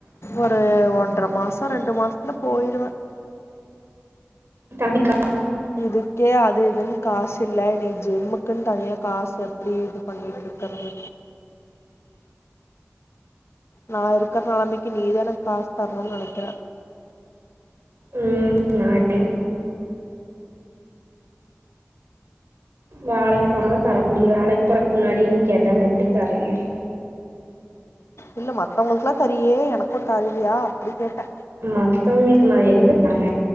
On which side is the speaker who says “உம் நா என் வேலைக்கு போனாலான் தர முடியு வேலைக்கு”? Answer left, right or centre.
Right